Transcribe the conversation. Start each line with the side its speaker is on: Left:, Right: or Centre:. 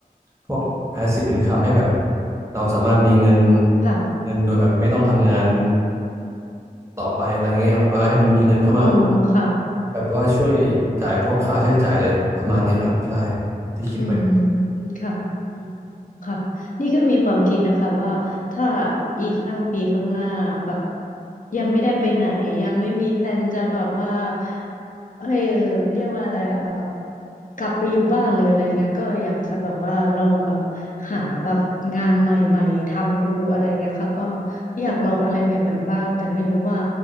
Right: พวก passive income ให้แบบเราสามารถมีเงิน
Left: ค่ะ
Right: เงินโดยแบบไม่ต้องทำงานต่อไปอะไรเงี้ยครับแบบว่าให้มันมีเงินเข้ามาทุก
Left: อ๋อค่ะ
Right: แบบว่าช่วยจ่ายพวกค่าใช้จ่ายอะไรประมาณนี้ครับใช่ที่คิดไป
Left: อืมค่ะอืม ค่ะ นี่ก็มีความคิดนะคะว่าถ้าอีกห้าปีข้างหน้าแบบยังไม่ได้ไปไหนยังไม่มีแพลนจะแบบว่าเออเรียกว่าอะไรอะแบบกลับไปอยู่บ้านหรืออะไรเงี้ยก็อยากจะแบบว่าลองแบบหาแบบงานใหม่ๆทำดูอะไรเงี้ยค่ะก็อยากลองอะไรใหม่ๆบ้างแต่ไม่รู้ว่า